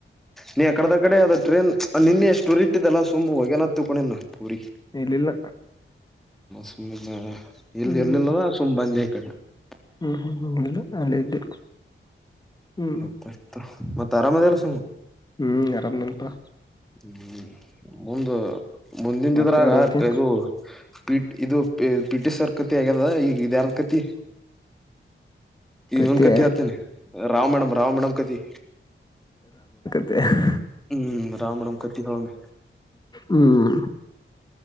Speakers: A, in the centre; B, on the left.
A: ಲೇ ಅಕದಕಡೆ ಅದು ಟ್ರೇನ್. ನಿನ್ನೆ ಎಷ್ಟುಊರ್ ಇಟ್ಟಿದ್ದಲ್ಲ ಸುಮ್ ಹೋಗ್ಯನ ತಿಕೊಂಡಿನಾ ಪೂರಿ
B: ಇಲ್ಲಿಲ್ಲ
A: ಸು ಎಲ್ಲಿ
B: ಹ್ಮ್
A: ಇರ್ಲಿಲ್ಲಾ ಸುಮ್ಮ್ ಬಂದೆ. <inaudible>
B: ಹ್ಮ್ ಹ್ಮ್ ಹ್ಮ್ ಆಲ್ ಅಲ್ ಇದ್ದೆ ಹ್ಮ್
A: ಮತ್ತತ್ತ. ಮತ್ ಅರಾಮದ ಎಲ್ಲ ಸಂಗ
B: ಹ್ಮ್ ಆರಾಮ್ನೆಪಾ
A: ಹ್ಮ್ ಮುಂದು ಮುಂದಿನಿದ್ರಾಗ
B: ಮತ್ತೆ ನಡ್ದೈತಿ
A: ಆ ಅದು ಪಿ ಇದು ಪೀಟಿ ಸರ್ಕತಿ ಆಗದ ಆ ಈಗ ಯಾರಕತಿ
B: ಕತೆ
A: ಇವನ್ ಕತ್ತ ಹತೇನಿ ಬ್ರಾಹ್ಮಣ ಬ್ರಾಹ್ಮಣನ ಕತಿ
B: <inaudible>
A: ಹ್ಮ್ ರಾಮಣಮ್ ಕತ್ತಿ ಹೇಳುನ
B: ಹ್ಮ್